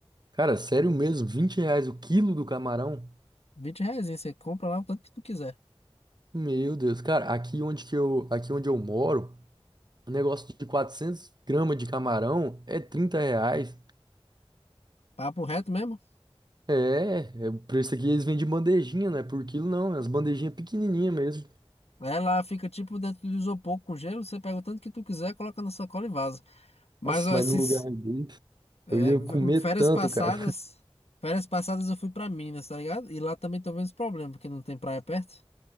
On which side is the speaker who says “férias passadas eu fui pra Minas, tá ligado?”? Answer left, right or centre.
Left